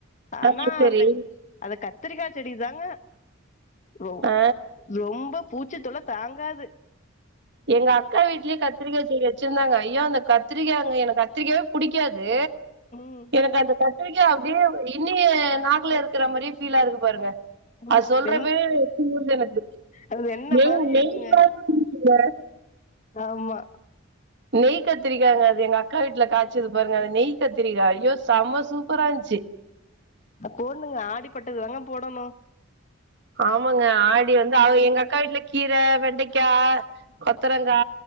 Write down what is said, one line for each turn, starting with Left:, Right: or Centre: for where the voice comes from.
Right: ஆ
Left: ஆனா
Right: சரி
Left: அந்த அத கத்தரிக்கா செடிதாங்க ரொ
Right: ஆ
Left: ரொம்ப பூச்சித் தொல்ல தாங்காது
Right: எங்க அக்கா வீட்லயே கத்திரிக்கா செடி வெச்சிருந்தாங்க ஐயோ அந்த கத்திரிக்கா அங்க எனக்கு கத்திரிக்காவே புடிக்காது
Left: ம்
Right: எனக்கு அந்த கத்திரிக்கா அப்டியே இன்னு எ நாக்குல இருக்குற மாரியே ஃபீலாகுது பாருங்க
Left: ஆமா
Right: அது
Left: அந்த
Right: சொல்றப்பயே
Left: வெண்
Right: எச்சி ஊறுது எனக்கு
Left: அது வெண்ண
Right: நெய்
Left: மாதிரி
Right: நெய்
Left: இருக்குங்க
Right: மாரி இருன்ச்ங்க
Left: ஆமா
Right: நெய் கத்திரிக்காய்ங்க அது எங்க அக்கா வீட்டுல காய்சது பாருங்க அது நெய் கத்திரிக்கா ஐயோ செம்ம சூப்பரா இருன்ச்சு
Left: அப் போட்ணுங்க ஆடிப்பட்டது தாங்க போடணு
Right: ஆமாங்க ஆடி வந்து அவ எங்க அக்கா வீட்டுல கீர வெண்டைக்கா கொத்தரங்கா